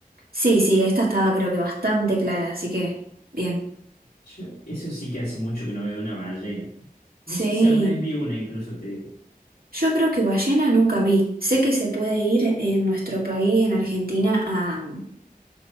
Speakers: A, on the right; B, on the left.
A: sí, sí, esta estaba creo que bastante clara, así que bien.
B: Yo- eso sí que hace mucho que no veo una ballena. No
A: Sí,
B: sé si alguna vez vi una, incluso te digo.
A: yo creo que ballena nunca vi. Sé que se puede ir en nuestro país, en Argentina, a...